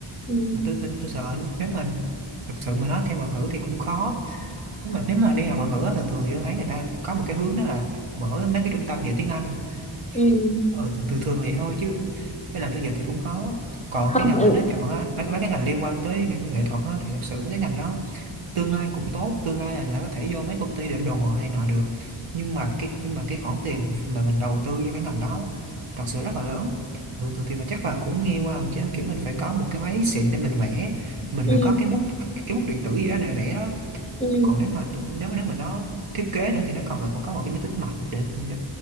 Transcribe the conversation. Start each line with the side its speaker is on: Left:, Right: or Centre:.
Left: ừ
Right: mà tôi tin tôi sợ nếu mà thật sự mà nói theo ngoại ngữ thì cũng khó nếu mà nếu mà đi học ngoại ngữ á, thường thường thì tôi thấy người ta có một cái hướng đó là mở mấy cái trung tâm về tiếng Anh
Left: ừ
Right: ừ, thường, thường thường thì thôi chứ cái làm phiên dịch thì cũng khó còn
Left: không
Right: cái ngành
Left: ừ
Right: mà nó chọn á, mấy, mấy cái ngành liên quan tới nghệ, nghệ thuật á, thì thật sự mấy cái ngành đó tương lai cũng tốt tương lai là, là có thể vô mấy công ty định đồ họa này nọ được nhưng mà cái nhưng mà cái khoản tiền mà mình đầu tư cho cái ngành đó thật sự rất là lớn ừ, thực thì mà chắc bà cũng nghe qua rồi chứ kiểu mình phải có một cái máy xịn để mình vẽ mình
Left: ừ
Right: phải có cái bút cái bút điện tử gì đó để vẽ đó
Left: ừ
Right: còn nếu mà tụi, nếu nếu mà nó thiết kế nữa thì nó còn là cũng có một cái máy tính mạnh để để,